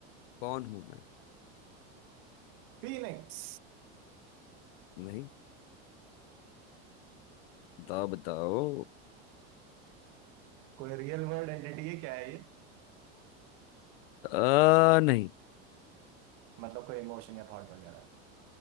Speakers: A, on the left (about 60°); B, on the right (about 40°).
A: कौन हूं मैं
B: फीनिक्स
A: नहीं बताओ बताओ
B: कोई रियल वर्ल्ड एंटिटी है क्या है ये
A: आ, नहीं
B: मतलब कोई इमोशन या थॉट वगैरह